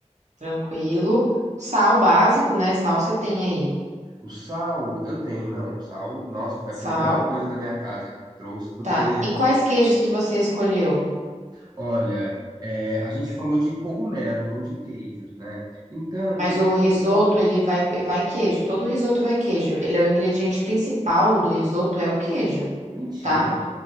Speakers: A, on the right; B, on the right.
A: tranquilo. Sal básico, né? Sal você tem aí.
B: O sal, eu tenho, não. Sal, nossa, foi
A: Sal,
B: a primeira coisa da minha casa que eu trouxe, porque
A: tá. E quais queijos que você escolheu?
B: Olha, é, a gente falou de cogumelo, não de queijos, né? Então,
A: Mas
B: eu
A: o
B: quis
A: risoto,
B: fazer uma.
A: ele vai, vai queijo. Todo risoto vai queijo. Ele é o ingrediente principal do risoto, é o queijo,
B: Mentira!
A: tá?